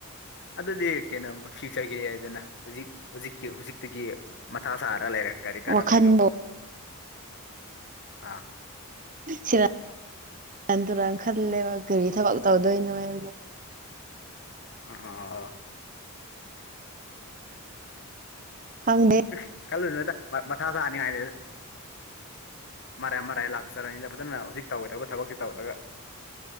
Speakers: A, on the left; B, on the right.
A: ꯑꯗꯨꯗꯤ ꯀꯩꯅꯣ ꯐ꯭ꯌꯨꯆꯔꯒꯤ ꯍꯥꯏꯗꯅ ꯍꯧꯖꯤꯛ ꯍꯧꯖꯤꯛꯀꯤ ꯍꯧꯖꯤꯛꯇꯒꯤ ꯃꯊꯥ ꯁꯥꯔ ꯂꯩꯔꯥ ꯀꯔꯤ ꯀꯥꯟꯅꯗꯣꯏꯅꯣꯕ
B: ꯋꯥꯈꯟꯗꯣ
A: ꯑꯥ
B: ꯁꯤꯔꯥꯟ ꯇꯨꯔꯥꯟ ꯈꯜꯂꯦꯕ ꯀꯔꯤ ꯊꯕꯛ ꯇꯧꯗꯣꯏꯅꯣ ꯍꯥꯏꯕꯁꯦ
A: ꯑ ꯑ ꯑ ꯑ
B: ꯍꯪꯗꯦ
A: ꯏ ꯈꯜꯂꯨꯗ ꯃꯊꯥ ꯁꯥꯅꯤꯉꯥꯏꯅꯤꯗ ꯃꯔꯥꯏ ꯃꯔꯥꯏ ꯂꯥꯛꯆꯔꯅꯤꯅ ꯐꯖꯅ ꯍꯧꯖꯤꯛ ꯇꯧꯒꯣꯏꯗꯕ ꯊꯕꯛꯁꯤ ꯇꯧꯔꯒ